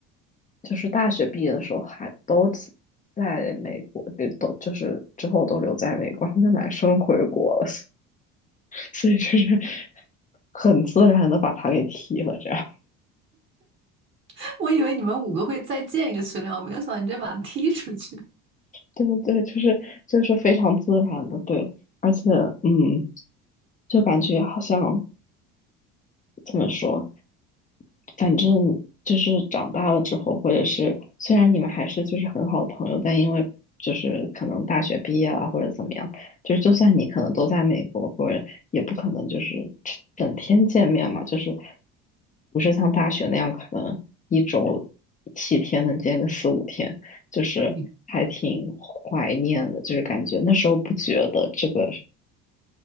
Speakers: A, on the left; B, on the right.
A: 就是大学毕业的时候还都在在美国，对，都就是之后都留在美国，然后那男生回国了，所以所以就是很自然的把他给踢了，这样。
B: <laughs> 我以为你们五个会再建一个群聊，我没有想到你直接把他踢出去。<laughs>
A: 对对，对，就是就是非常自然的，对，而且嗯，就感觉好像怎么说，反正就是长大了之后，或者是虽然你们还是就是很好的朋友，但因为就是可能大学毕业了或者怎么样，就是就算你可能都在美国，或者也不可能就是整天见面嘛，就是不是像大学那样可能一周七天能见个四五天，就是还挺怀念的，
B: 你
A: 就是感觉那时候不觉得这个